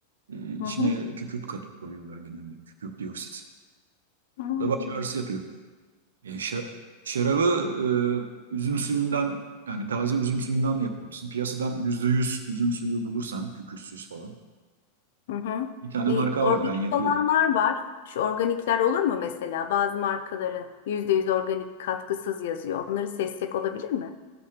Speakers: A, on the right; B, on the left.
A: e,
B: Hı
A: içine
B: hı.
A: kükürt katıp koyuyorlar genelde. Kükürt dioksit.
B: Hmm.
A: O da baş ağrısı yapıyor. E, şa- şarabı e, üzüm suyundan yani taze üzüm suyundan da yapabilirsin. Piyasadan %100 üzüm suyu bulursan kükürtsüz falan.
B: Hı hı.
A: Bir tane
B: E,
A: marka
B: organik
A: var ben yapıyorum.
B: olanlar var. Şu organikler olur mu mesela bazı markaların %100 organik katkısız yazıyor. Onları seçsek olabilir mi?